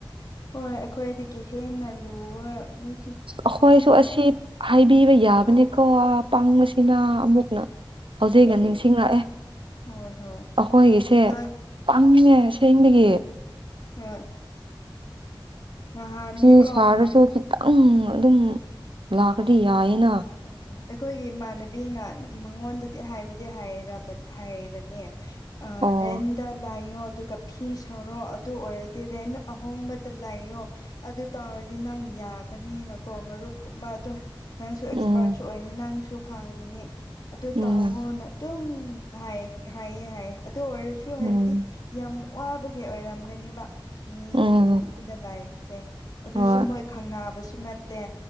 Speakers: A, on the left; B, on the right.
A: ꯍꯣꯏ ꯑꯩꯈꯣꯏꯗꯒꯤ ꯍꯦꯟꯅ ꯂꯨꯕ ꯃꯤ
B: ꯑꯩꯈꯣꯏꯁꯨ ꯑꯁꯤ ꯍꯥꯏꯕꯤꯕ ꯌꯥꯕꯅꯤꯀꯣ ꯄꯪꯡꯕꯁꯤꯅ ꯑꯃꯨꯛꯅ ꯍꯧꯖꯤꯛꯒ
A: ꯀꯔꯤ
B: ꯅꯤꯡꯁꯤꯡꯉꯛꯑꯦ
A: ꯍꯣꯏ ꯍꯣꯏ
B: ꯑꯩꯈꯣꯏꯒꯤꯁꯦ
A: ꯍꯣꯏ
B: ꯄꯪꯉ‌ꯦ꯫ ꯐ‌‌ꯦꯡꯗꯒꯤ
A: <unintelligible> ꯅꯍꯥꯟꯗꯤꯀꯣ
B: ꯁꯤ ꯁꯥꯔꯁꯨ ꯈꯤꯇꯪ ꯑꯗꯨꯝ ꯂꯥꯛꯄꯗꯤ ꯌꯥꯏꯌꯦꯅ꯫
A: <unintelligible> ꯑꯩꯈꯣꯏꯒꯤ ꯏꯃꯥꯟꯅꯕꯤꯅ ꯃꯉꯣꯟꯗꯗꯤ ꯍꯥꯏꯕꯨꯗꯤ ꯍꯥꯏꯔꯕ ꯍꯥꯏꯕꯅꯦ꯫ ꯑ
B: ꯑꯣ
A: ꯔꯦꯗ ꯂꯩꯌ‌ꯣ ꯑꯗꯨ ꯀꯞ ꯐꯤ ꯁꯥꯔꯣ ꯑꯗꯨ ꯑꯣꯏꯔꯗꯤ ꯔꯦꯟ ꯑꯍꯣꯡꯕꯗ ꯂꯩꯏꯌꯣ꯫ ꯑꯗꯨ ꯇꯧꯔꯗꯤ ꯅꯪ ꯌꯥꯒꯅꯤꯅꯀꯣ ꯃꯔꯨꯞꯀꯨꯝꯕ ꯑꯗꯨꯝ ꯅꯪꯁꯨ
B: ꯎꯝ
A: ꯄꯥꯔꯠꯁꯨ ꯑꯣꯏꯅꯤ ꯅꯪꯁꯨ ꯈꯥꯡꯒꯅꯤ ꯑꯗꯨ
B: ꯎꯝ
A: ꯇꯥꯉꯣꯅ ꯑꯗꯨꯝ ꯍꯥꯏ ꯍꯥꯏꯌꯦ ꯍꯥꯏꯌꯦ ꯑꯗꯨ ꯑꯣꯏꯔꯁꯨ
B: ꯎꯝ
A: ꯍꯥꯏꯕꯗꯤ ꯌꯥꯝ ꯋꯥꯕꯒꯤ ꯑꯣꯏꯔꯝꯒꯅꯤꯕ꯫ ꯃꯤꯒꯤ
B: ꯎꯝ
A: ꯌꯨꯝꯗ ꯂꯩꯕꯁꯦ ꯑꯗꯨꯁꯨ
B: ꯍꯣꯏ
A: ꯃꯣꯏ ꯈꯪꯕꯁꯨ ꯅꯠꯇꯦ꯫